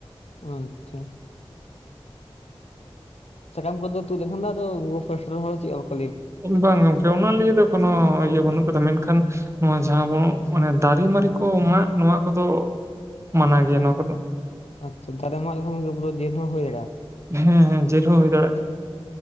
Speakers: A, on the left; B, on the right.
A: ᱟᱪᱪᱷᱟ᱾ ᱥᱟᱠᱟᱢ ᱠᱚᱫᱚ ᱛᱩᱫ ᱞᱮᱱᱠᱷᱟᱱ ᱫᱚ ᱟᱫᱚ ᱩᱱᱠᱩ ᱵᱩᱨᱩ ᱯᱷᱮᱲ ᱨᱮᱱ ᱦᱚᱲ ᱪᱮᱫ ᱦᱚᱸ ᱵᱟᱠᱚ
B: ᱵᱟᱝ ᱜᱚᱝᱠᱮ, ᱚᱱᱟ ᱞᱤᱭᱮ ᱫᱚ ᱠᱳᱱᱳ ᱤᱭᱟᱹ ᱵᱟᱹᱱᱩᱜ ᱠᱟᱫᱟ ᱢᱮᱱᱠᱷᱟᱱ ᱱᱚᱣᱟ ᱡᱟᱦᱟᱸ ᱟᱵᱚ ᱢᱟᱱᱮ ᱫᱟᱨᱮ ᱢᱟᱨᱮ ᱠᱚ ᱢᱟᱜ ᱱᱚᱣᱟ ᱠᱚᱫᱚ ᱢᱟᱱᱟ ᱜᱮᱭᱟ
A: ᱵᱟᱝ,
B: ᱱᱚᱣᱟ ᱠᱚᱫᱚ᱾
A: ᱟᱪᱪᱷᱟ, ᱫᱟᱨᱮ ᱢᱟᱜ ᱞᱮᱠᱷᱟᱱ ᱜᱮ ᱯᱩᱨᱟᱹ ᱡᱮᱞ ᱦᱚᱸ ᱦᱩᱭ ᱫᱟᱲᱮᱜ-ᱟ᱾
B: ᱦᱮᱸ ᱦᱮᱸ, ᱡᱮᱞ ᱦᱚᱸ ᱦᱩᱭ ᱫᱟᱲᱮᱜ-ᱟ᱾